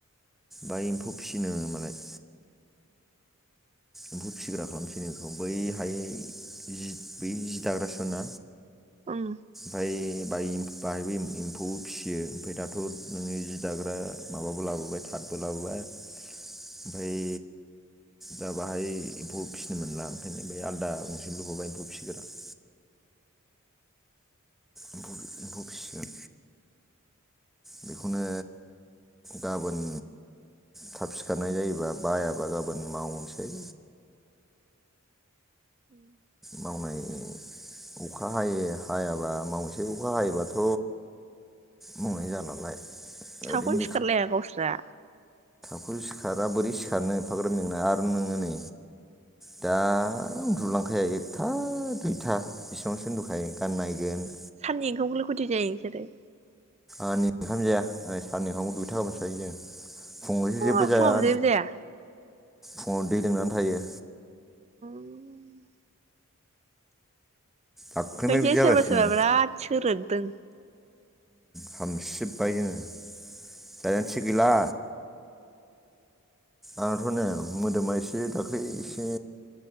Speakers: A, in the centre; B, on the right (about 30°).
A: बा एम्फौ फिसिनो मालाय- एम्फौ फिसिग्रा खालामसै नों बेखौ बैहाय जि बै जि दाग्राासा।
B: उम
A: भाय ब बाहायबो एम्फौ फिसियो ओमफफ्राय दाथ' नोङो जि दाग्रा माबाबो लाबोबाय थाथबो लाबोबाय। बाय दा बाहाय एम्फौ फिसिनो मोनला ओंखायनो बे आलादा गंसे <unintelligible> एम्फौ फिसिगोन आं एम्फौ फिसिगोन बेखौनो गाबोन थाब सिखारनाय जायोबा बायाबा गाबोन मावनोसै
B: उम
A: मावनाय अखा हायो हायाबा मावसेै अखा हायोबाथ' मावनाय जा नालाय-
B: थाखौनो
A: ओरैनो
B: सिखारलाया गावसोर
A: हु सिखारा बोरै सिखारनो एफाग्राब मेंना आरो नोङो नै दा उन्दुलांखाया एकथा दुइथा बेसिबांसो उन्दुखायो गान नायगोन
B: साननै ओंखामखौलाय खैथायाव जायो नोंसोरो
A: आंनि ओंखाम जाया साननि ओंखामनो दुइथा गाहामावसो जायो जोंङ फुङाव जेबो
B: अ
A: जाया
B: फुङाव बुजायो बुजाया
A: फुंङाव दै लोंनानै थायो
B: उम
A: दाख्लैनिफ्राय
B: ओंखायसो
A: बिदि जागासिनो
B: सोरबा सोरबा बिराद सोरोद दों
A: हामसिबबाय जोङो दाया थिग गैला आंहाथ' ने मोदोमा एसे दाख्लै एसे